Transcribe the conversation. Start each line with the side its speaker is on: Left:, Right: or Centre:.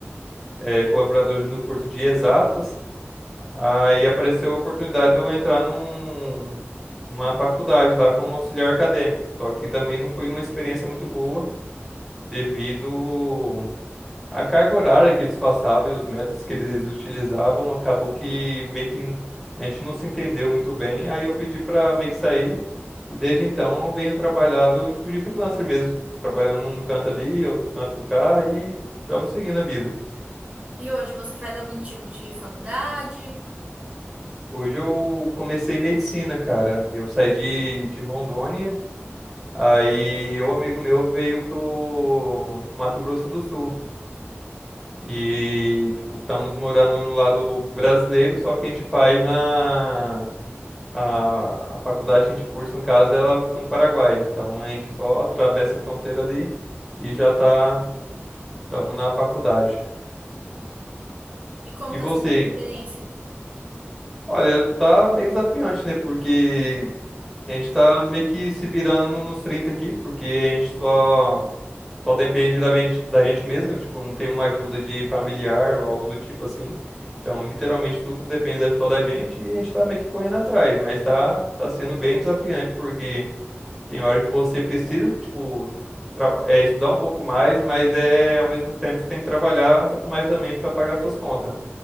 Centre: eh, colaboradores no curso de exatas. Aí apareceu a oportunidade de eu entrar num, numa faculdade lá como auxiliar acadêmico. Só que também não foi uma experiência muito boa devido à carga horária que eles passavam e os métodos que eles utilizavam. Acabou que meio que n- a gente não se entendeu muito bem. Aí eu pedi para meio que sair. E desde então eu venho trabalhado tipo de freelancer mesmo. Trabalhando um canto ali, outro canto cá e estamos seguindo a vida.
Right: E hoje você faz algum tipo de faculdade?
Centre: Hoje eu comecei medicina, cara. Eu saí de, de Rondônia, aí um amigo meu veio pro Mato Grosso do Sul. E, tipo, estamos morando no lado brasileiro, só que a gente faz na... A, a faculdade que a gente cursa, no caso, ela fica no Paraguai. Então a gente só atravessa a fronteira ali e já tá... Estamos na faculdade.
Right: E como
Centre: E
Right: está
Centre: você?
Right: sendo essa experiência?
Centre: Olha, tá bem desafiante, né? Porque... A gente tá meio que se virando nos 30 aqui, porque a gente só, só depende da, ben- da gente mesmo, tipo, não tem uma ajuda de familiar ou algo do tipo assim. Então, literalmente, tudo depende da- só da gente e a gente tá meio que correndo atrás, mas tá, tá sendo bem desafiante, porque tem hora que você precisa, tipo, traba- é, estudar um pouco mais, mas é ao mesmo tempo você tem que trabalhar um pouco mais também para pagar suas contas.